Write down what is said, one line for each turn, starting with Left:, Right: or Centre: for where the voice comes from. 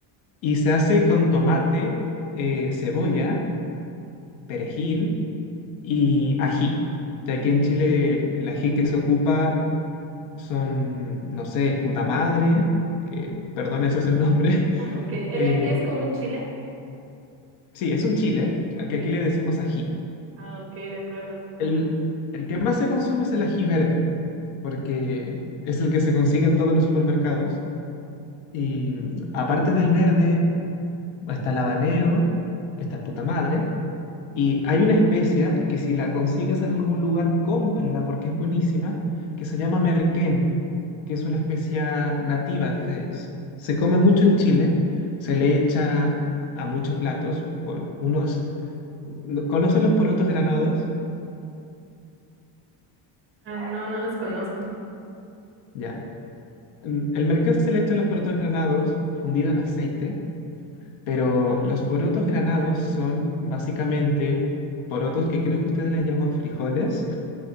Left: Y se hace con tomate, eh, cebolla, perejil y ají. Que aquí en Chile el el ají que se ocupa Son, no sé, el puta madre, que, perdón, ese es el nombre. <laughs>
Right: Ah, ok. ¿El
Left: Eh,
Right: ají es como un chile?
Left: sí, es un chile,
Right: Ok.
Left: al que aquí le decimos ají.
Right: Ah, ok, de acuerdo.
Left: El,
Right: Ajá.
Left: el que más se consume es el ají verde, porque es el que se consigue en todos los supermercados. Y mm, aparte del verde, está el habanero, está el puta madre. Y hay una especia que si la consigues en algún lugar, cómprala porque es buenísima, que se llama merquén, que es una especia nativa. eh, s- se come mucho en Chile, se le echa a muchos platos, por unos, ¿no- ¿conocen los porotos granados?
Right: Ah, no, no los conozco.
Left: Ya. Mm, El merquén se le echa a los porotos granados fundido en aceite, pero los porotos granados son básicamente porotos que creo que ustedes les llaman frijoles